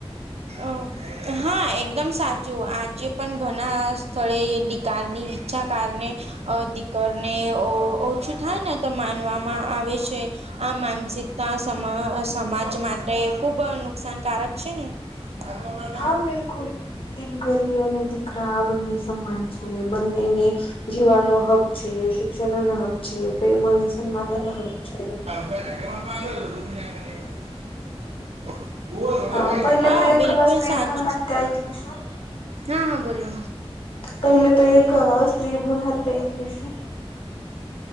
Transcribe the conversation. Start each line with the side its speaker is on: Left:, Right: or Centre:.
Right: અ હા એકદમ સાચું આજે પણ ઘણા સ્થળે એ દિકારની ઈચ્છા કારણે અ દીકરને ઓ ઓછું થાય ને તો માનવામાં આવે છે. આ માનસિકતા સમા સમાજ માટે ખુબ નુકસાનકારક છે ને. <unintelligible>
Left: હા બિલકુલ દિનકરી અને દીકરા આ બંને સમાન છે બંનેને જીવવાનો હક છે, શિક્ષણનો હક છે, પ્રેમ અને સન્માન નો હક છે.
Right: <unintelligible>
Left: હા પહેલે
Right: હા,
Left: તો
Right: બિલકુલ
Left: એક સ્ત્રી
Right: સાચું.
Left: <unintelligible>
Right: હા હા બોલો.
Left: <unintelligible> સ્ત્રી ભ્રુણ હત્યા એટલે શું?